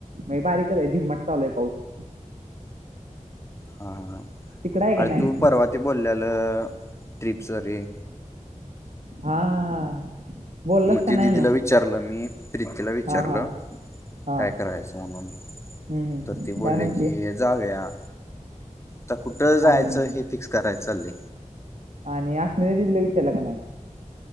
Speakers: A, on the right; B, on the left.
A: म बारीकच आहे. झिरमट चालोय पाऊस.
B: हां हां.
A: तिकडं आहे का
B: अरे
A: नाही?
B: तू परवा ते बोललेलं. ट्रिप च रे.
A: हा. बोललास
B: म
A: का
B: ते
A: नाही
B: दिदीला
A: मग?
B: विचारलं मी. प्रितीला विचारल
A: हा हा हा
B: काय करायच म्हणून?
A: हम्म हम्म
B: तर ती
A: काय
B: बोली
A: म्हणते?
B: की जाऊया. त कुठ जायचं
A: आणि
B: हे फिक्स कराय चालू.
A: आणि अश्विनी दीदी ला विचारला का नाही?